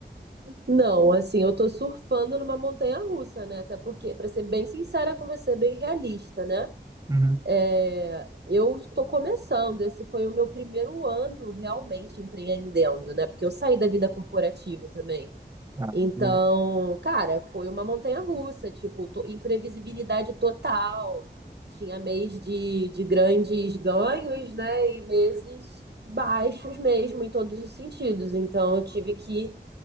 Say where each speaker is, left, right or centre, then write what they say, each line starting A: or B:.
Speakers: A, on the right (about 65°); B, on the right (about 20°).
A: Não, assim, eu tô surfando numa montanha russa, né? Até porque, pra ser bem sincera com você, bem realista, né?
B: Uhum.
A: É, eu tô começando, esse foi o meu primeiro ano realmente empreendendo, né? Porque eu saí da vida corporativa também.
B: Ah,
A: Então,
B: eu-
A: cara, foi uma montanha-russa, tipo, to- imprevisibilidade total. Tinha mês de, de grandes ganhos, né? E meses baixos mesmo, em todos os sentidos. Então, eu tive que,